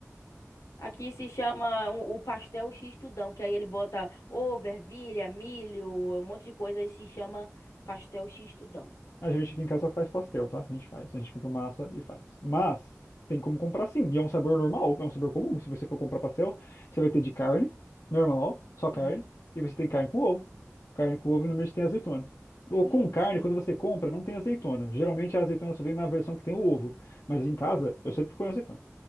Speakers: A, on the left (about 80°); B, on the left (about 70°).
A: Aqui se chama o o pastel X-tudão, que aí ele bota ovo, ervilha, milho, um monte de coisa e se chama pastel X-tudão.
B: A gente aqui em casa faz pastel, tá? A gente faz. A gente compra massa e faz. Mas tem como comprar sim. E é um sabor normal, é um sabor comum. Se você for comprar pastel, você vai ter de carne, normal, só
A: Uhum.
B: carne. E você tem carne com ovo. Carne com ovo normalmente tem azeitona.
A: Gente,
B: Ou com carne, quando você compra, não tem azeitona. Geralmente a azeitona só vem na versão que tem o ovo. Mas em casa, eu sempre ponho azeitona.